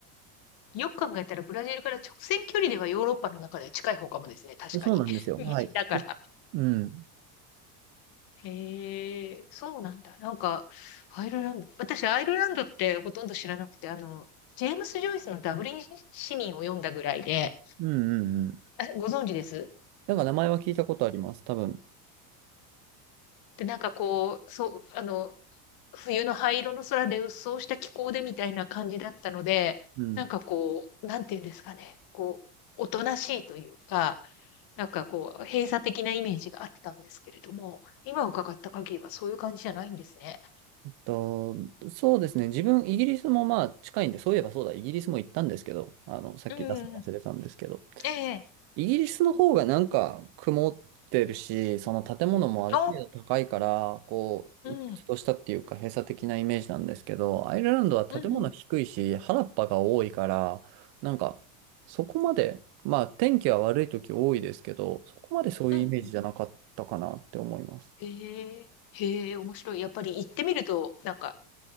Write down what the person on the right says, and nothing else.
そうなんですよ。
はい、きっと。うん。
うんうんうん。
なんか名前は聞いたことあります。多分。
うん。
と、そうですね。自分、イギリスもまあ近いんで、そういえばそうだ、イギリスも行ったんですけど、あの、さっき出すの忘れたんですけど、
イギリスの方がなんか曇ってるし、その建物もある程度高いから、
こう、
鬱屈としたっていうか閉鎖的なイメージなんですけど、アイルランドは建物低いし、
原っぱが多いから、なんかそこまで、まあ天気は悪い時多いですけど、そこまでそういうイメージじゃなかったかなって思います。